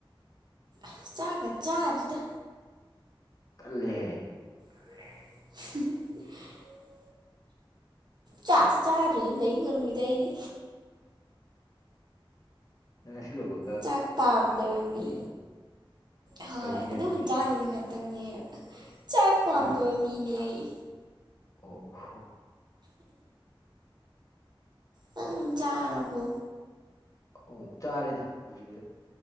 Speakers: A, on the right (about 50°); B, on the left (about 40°).
A: ꯑꯁ ꯆꯥꯒ ꯆꯥꯔꯤꯗ
B: ꯀꯜꯂꯦꯍꯦ
A: <inaudible> ꯆꯥꯛ ꯆꯥꯔ ꯑꯗꯨ ꯂꯩ ꯉꯝꯃꯤꯗ ꯑꯩꯗꯤ
B: ꯅ ꯁꯤ <inaudible>
A: ꯆꯥꯛ ꯄꯥꯝꯗꯕ ꯃꯤ ꯍꯣꯏ
B: ꯐꯩꯅꯦ
A: ꯑꯗꯨꯕꯨꯖꯥꯅꯤꯅ
B: ꯑꯗꯨꯗꯤ
A: ꯉꯥꯛꯇꯪꯅꯦ ꯆꯥꯛ ꯄꯥꯝꯗꯕ
B: ꯍꯥ
A: ꯃꯤꯅꯦ ꯑꯩ
B: ꯑꯣ ꯑꯣ
A: ꯅꯪ ꯆꯥꯔꯕꯣ
B: ꯑꯣ ꯆꯥꯔꯦꯗ ꯀꯨꯢꯔꯦꯗ